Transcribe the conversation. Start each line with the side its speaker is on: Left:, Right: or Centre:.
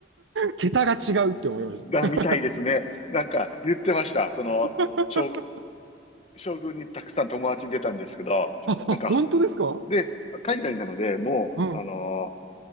Right: 桁が違うって思いました。
Left: だ、みたいですね。なんか言ってました。その、
Right: <laughs>
Left: 将、将軍にたくさん友達出たんですけど、
Right: あ、
Left: なんか、
Right: あ本当ですか
Left: で、海外なので、もう、
Right: うん。
Left: あのー